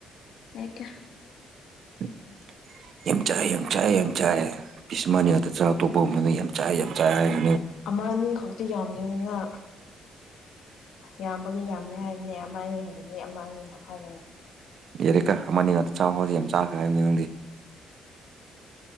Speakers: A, on the left; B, on the right.
A: ꯍꯦ ꯀꯌ꯭ꯥ
B: <inaudible> ꯌꯥꯝ ꯆꯥꯏ ꯌꯥꯝ ꯆꯥꯏ ꯌꯥꯝ ꯆꯥꯏ ꯄꯤꯁ ꯃꯥꯅꯤ ꯑꯇ ꯆꯥ ꯑꯇꯣꯞꯄ ꯑꯃꯅ ꯌꯥꯝ ꯆꯥꯏ ꯌꯥꯝ ꯆꯥꯏ ꯍꯥꯏꯔ
A: ꯑꯃ ꯑꯅꯤ ꯈꯛꯇꯤ ꯌꯥꯝꯗꯦꯗꯅ ꯌꯥꯝꯕꯒꯤ ꯌꯥꯝꯃꯦ ꯍꯥꯏꯝꯅꯦ ꯑꯃ ꯑꯅꯤ ꯈꯛꯇꯗꯤ ꯑꯃ ꯑꯅꯤꯈꯛ ꯍꯥꯏꯒꯅꯤ
B: ꯌꯥꯔꯤꯀ ꯑꯃꯅꯤꯉꯗ ꯆꯥꯛ ꯍꯥꯎꯁꯤ ꯌꯥꯝ ꯆꯥꯈ꯭ꯔꯦ ꯍꯥꯏꯕꯅꯤ ꯅꯪꯗꯤ